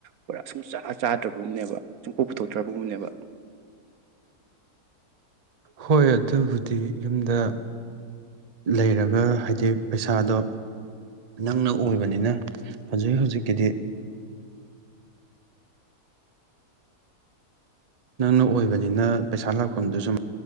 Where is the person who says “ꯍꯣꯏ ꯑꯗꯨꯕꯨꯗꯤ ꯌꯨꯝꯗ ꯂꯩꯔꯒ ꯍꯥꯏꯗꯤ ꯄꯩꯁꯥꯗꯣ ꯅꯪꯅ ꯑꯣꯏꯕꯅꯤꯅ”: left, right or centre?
Right